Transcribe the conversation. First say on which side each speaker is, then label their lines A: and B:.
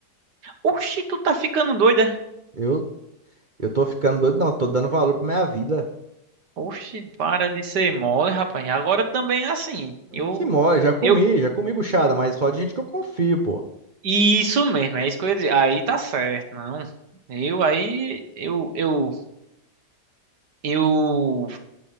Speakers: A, on the right; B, on the right.
A: Oxi, tu tá ficando doida?
B: Eu, eu tô ficando doido, não. Tô dando valor pra minha vida.
A: Oxi, para de ser mole, rapaz. Agora também é assim. Eu,
B: Que mole, já comi,
A: eu,
B: já comi buchada, mas só de gente que eu confio, pô.
A: isso mesmo, é isso que eu ia dizer. Aí tá certo, não. Eu aí, eu, eu Eu